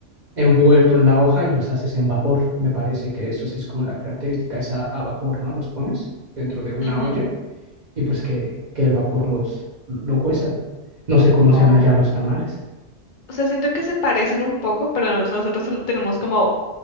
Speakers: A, on the right; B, on the left.
A: envuelto en la hoja y los haces en vapor. Me parece que eso sí es como la característica, es a a vapor, ¿no? Los pones dentro de una
B: ujú.
A: olla y pues que, que el vapor los lo cueza. No sé cómo
B: Oh.
A: sean allá los tamales.
B: O sea, siento que se parecen un poco, pero nos- nosotros solo tenemos como